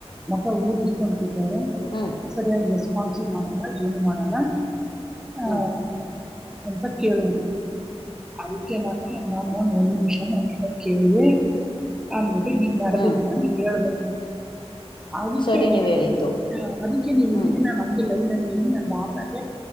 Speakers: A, in the centre; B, on the left.
A: ಮತ ಊದ <unintelligible> ತೊಂಡಕಿಟ್ಟವರು
B: ಹ್ಮ್
A: ಸರಿಯಾಗಿ ರೆಸ್ಪಾನ್ಸು ಮಾಡಲ್ಲ ಏನು ಮಾಡೋಲ್ಲ ಹಾ
B: ಹ್ಮ್ ಹ್ಮ್
A: ಎಂತ ಕೇಳಿದ್ರು ಅದಕ್ಕೆ ನಾನ ನನ್ನ ಒಂದ ನಿಮಿಷ ಕೇಳವಿ ಅನ್ಬಿಟಿ ಹಗ್ ಮಾಡ್ದ
B: ಹ್ಮ್
A: ಇದಿದ್ದ ನನ್ಗೆ ಹೇಳ್ದ ಅದಕ್ಕೆ
B: ಸರಿ ನೀವ್ ಹೇಳಿದ್ದು
A: ಹ ಅದಕ್ಕೆ ನೀವು
B: ಹ್ಮ್
A: ಇದಿರಿ ನ ಹಗೆ ಲೈನ್ಲ್ಲಿ ನ ಭಾವನಾಗ